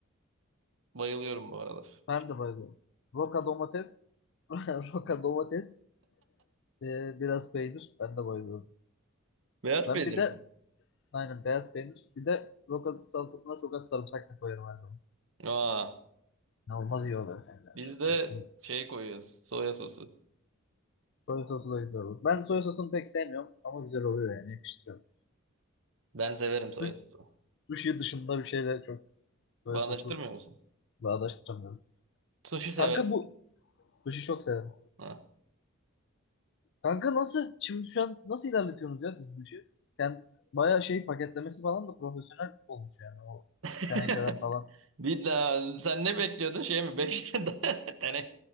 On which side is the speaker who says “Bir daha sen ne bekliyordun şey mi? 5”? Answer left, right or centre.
Right